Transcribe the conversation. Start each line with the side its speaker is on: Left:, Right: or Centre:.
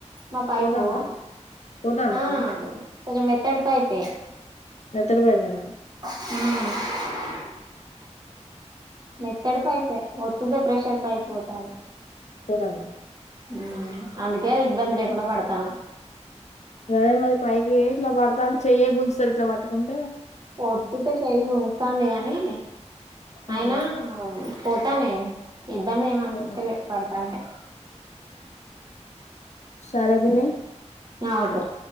Right: మా పైపు
Left: పోతాందా పోతాందా
Right: ఆ కొంచెం మెత్తటి పైపే
Left: మెత్తటి పైపేనా
Right: మ్ మెత్తడి పైపే ఒత్తుతే ప్రెషర్ పైకి పోతాంది
Left: పోతాందా
Right: మ్ అందుకే అది ఇబ్బంది లేకుండా పడతాన్నా
Left: గదే మరి పైకి ఇట్లా పడుతాఉంటే చెయ్యే గుంజుతాది ట్ల పట్టుకున్
Right: ఒత్తితే చెయ్యి గుంజుతాంది గాని అయినా
Left: అవునా
Right: పోతాన్నాయ్ ఇబ్బంది ఏమనిపిత్తలే
Left: పోతా
Right: పడతాంటే
Left: సరే పిన్ని
Right: ఆ ఓకేరా